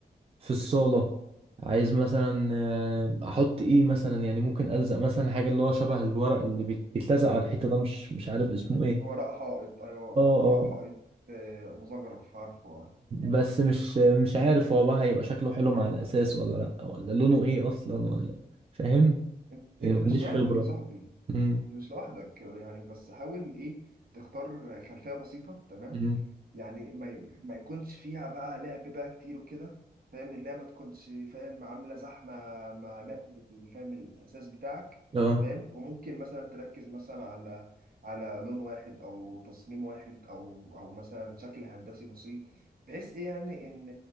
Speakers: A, on the right; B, on the right.
A: في الصاله عايز مثلا آه، احط ايه مثلا يعني ممكن الزق مثلا حاجه اللي هو شبه الورق اللي بيت- بيتلزق على الحيطه ده مش مش عارف اسمه ايه
B: هو رق حائط ايوه هو
A: اه اه
B: رق حائط آه، مزخرف عارفه آه.
A: بس مش مش عارف هو بقى هيبقى شكله حلو مع الاساس ولا لا ولا لونه ايه اصلا ولا فاهم
B: انت
A: يعني
B: انت
A: ما
B: مش
A: عنديش
B: لوحدك
A: خبره
B: يا صاحبي
A: امم
B: انت مش لوحدك يعني بس حاول ايه تختار خلفية بسيطة تمام
A: أمم.
B: يعني ما ما يكونش فيها بقى لعب بقى كتير وكده فاهم اللعبة ما تكونش فاهم عاملة زحمة مع باقي الفهم الأساس بتاعك
A: <clears throat> اه
B: فاهم وممكن مثلا تركز مثلا على على لون واحد أو تصميم واحد أو أو مثلا شكل هندسي بسيط بحيث ايه يعني ان